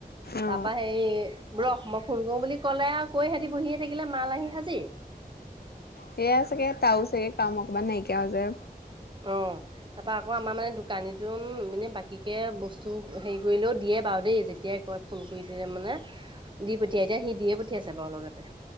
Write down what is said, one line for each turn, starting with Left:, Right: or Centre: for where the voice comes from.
Left: অ
Right: তাৰপা সেই ৰহ মই ফোন কৰো বুলি কলে আৰু কৈ সিহঁতি বহিয়ে থাকিলে মাল আহি হাজিৰ।
Left: সেয়া চাগে তাৰও চাগে কাম অকণমান নাইকিয়া হৈজে।
Right: অ' তাৰাপা আকৌ আমাৰ মানে দোকানীজন মানে বাকী কে বস্তু হেৰি কৰিলেও দিয়ে বা বাৰু দেই যেতিয়াই কয় ফোন কৰি দিয়ে মানে দি পঠিয়াই এতিয়া সি দিয়ে পঠিয়াইছে বাৰু লগতে।